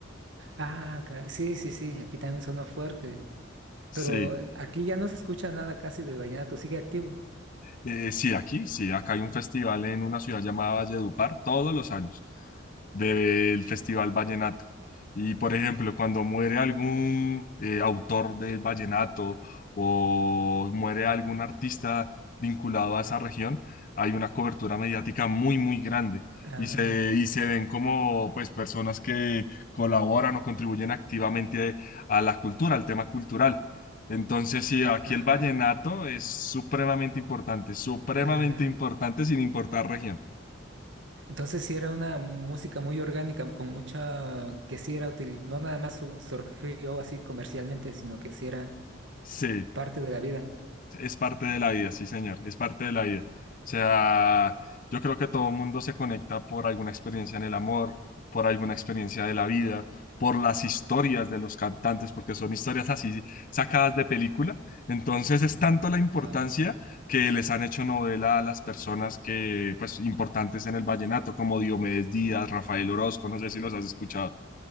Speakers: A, on the right; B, on the left.
A: Ah, caray. Sí, sí, sí, aquí también sonó fuerte.
B: Sí.
A: Pero eh, aquí ya no se escucha nada casi del vallenato, sigue activo.
B: Eh, sí, aquí, sí, acá hay un festival en una ciudad llamada Valledupar todos los años del Festival Vallenato. Y por ejemplo, cuando muere algún eh, autor del vallenato o muere algún artista vinculado a esa región, hay una cobertura mediática muy, muy grande
A: Ah,
B: y se, y se ven como pues personas que colaboran o contribuyen activamente a la cultura, al tema cultural. Entonces, sí, aquí
A: ajá,
B: el vallenato es supremamente importante, supremamente
A: caray.
B: importante sin importar región.
A: Entonces sí era una música muy orgánica, con mucha... que sí era útil, no nada más su- surgió así comercialmente, sino que sí era
B: Sí.
A: parte de la vida.
B: es parte de la vida, sí, señor, es parte de la vida. O sea, yo creo que todo el mundo se conecta por alguna experiencia en el amor, por alguna experiencia de la vida, por las historias de los cantantes, porque son historias así sacadas de película. Entonces es tanto la importancia
A: Ah,
B: que les han hecho novela a las personas que, pues, importantes en el vallenato, como Diomedes Díaz, Rafael Orozco, no sé si los has escuchado.